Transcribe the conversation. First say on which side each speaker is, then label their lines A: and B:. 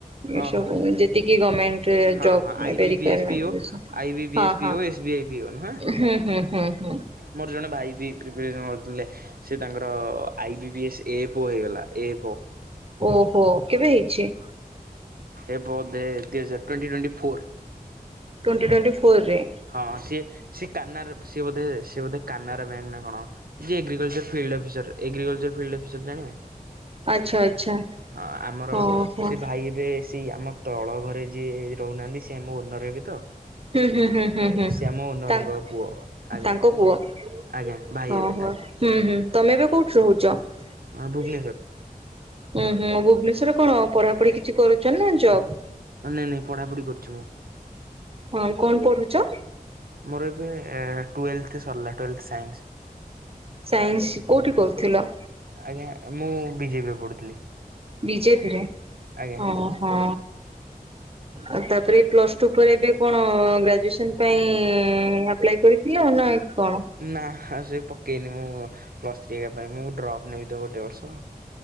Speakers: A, on the right; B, on the right.
A: ଏସବୁ
B: ଓହୋ
A: ଯେତିକି ଗମେଣ୍ଟରେ
B: ହଁ
A: ଜବ୍
B: ହଁ I B
A: requirement
B: B S PO
A: basic ହଁ।
B: I B ବି S PO
A: ହଁ
B: S B I PO ନୁହେଁ।
A: ହୁଁ ହୁଁ ହୁଁ ହୁଁ।
B: ମୋର ଜଣେ ଭାଇ ବି ପ୍ରିପେରେସନ୍ କରୁଥିଲେ, ସେ ତାଙ୍କର ଆଇ ବି ବି ଏସ୍ ଏ ଫୋ ହୋଇଗଲା। ଏ ଫୋ।
A: ଓହୋ କେବେ ହେଇଛି?
B: ଏ ବୋଧେ ଦୁହଜାର twenty twenty four.
A: Twenty twenty four ରେ।
B: ହଁ, ସିଏ ସିଏ କାନାରା ସିଏ ବୋଧେ ସିଏ ବୋଧେ କାନାରା ବ୍ୟାଙ୍କ ନା କଣ? ଯିଏ agriculture field officer, agriculture field officer ଜାଣିବେ?
A: ଆଚ୍ଛା ଆଚ୍ଛା
B: ହଁ, ଆମର
A: ଓହୋ
B: ସିଏ ଭାଇ ହେବେ। ତି, ଆମ ତଳ ଘରେ ଯିଏ ରହୁନାହାନ୍ତି ସିଏ ଆମ ଓନର୍ ହେବ ତ
A: ହୁଁ, ହୁଁ, ହୁଁ। ହୁଁ, ହୁଁ,
B: ସେ ଆମ ଓନରଙ୍କ
A: ତା
B: ପୁଅ ଆଜ୍ଞା
A: ତାଙ୍କ ପୁଅ, ହଁ,
B: ଆଜ୍ଞା ଭାଇ
A: ହଁ।
B: ହେବେ ଆଜ୍ଞା
A: ହୁଁ, ହୁଁ, ତମେ ଏବେ କୋଉଠି ରହୁଛ?
B: ଭୁବନେଶ୍ୱର
A: ଉଁ ହୁଁ, ଭୁବନେଶ୍ଵରରେ କଣ ପଢାପଢି କିଛି କରୁଛ ନା ଜବ୍?
B: ଅଁ ନାଇଁ, ନାଇଁ, ପଢାପଢି କରୁଛି ମୁଁ।
A: ହଁ, କଣ ପଢୁଛ?
B: ମୋର ଏବେ ଟ୍ବେଲ୍ଥ ସରିଲା, ଟ୍ବେଲ୍ଥ ସାଇନ୍ସ।
A: ସାଇନ୍ସ କୋଉଠି କରୁଥିଲ?
B: ଆଜ୍ଞା, ମୁଁ ବିଜେପିରେ ପଢୁଥିଲି।
A: ବିଜେପିରେ,
B: ଆଜ୍ଞା
A: ଅଁ ହଁ।
B: <inaudible>
A: ଆଉ ତାପରେ ପ୍ଲସଟୁ ପରେ ଏବେ କଣ ଗ୍ରାଜୁଏସନ୍ ପାଇଁ ଆପ୍ଲାଏ କରି ଥିଲ ନାଇଁ କଣ?
B: ନା ଆଉ ସେ ପକେଇନି ମୁଁ ପ୍ଲସ୍ ଥ୍ରୀ ହେକା ପାଇଁ, ମୁଁ ଡ୍ରପ୍ ନେବି ତ ଗୋଟେ ବର୍ଷ।